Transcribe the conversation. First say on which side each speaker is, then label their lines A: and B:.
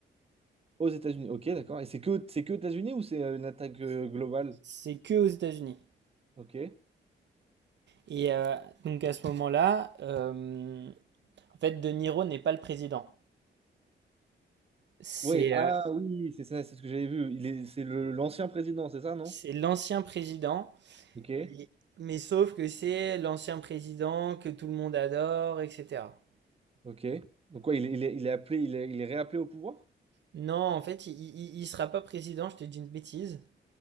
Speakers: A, on the right; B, on the right.
A: Aux États-Unis. Ok, d'accord. Et c'est que, c'est que États-Unis ou c'est euh, une attaque euh, globale?
B: C'est que aux États-Unis.
A: Ok.
B: Et euh, donc à ce moment-là, euh, en fait, De Niro n'est pas le président. C'est
A: Oui. Ah
B: euh,
A: oui, c'est ça, c'est ce que j'avais vu. Il est, c'est le, l'ancien président, c'est ça, non?
B: C'est l'ancien président,
A: Ok.
B: et- mais sauf que c'est l'ancien président que tout le monde adore, etc.
A: Ok. Donc quoi, il est, il est, il est appelé, il est, il est réappelé au pouvoir?
B: Non, en fait, il, il, il sera pas président, je te dis une bêtise.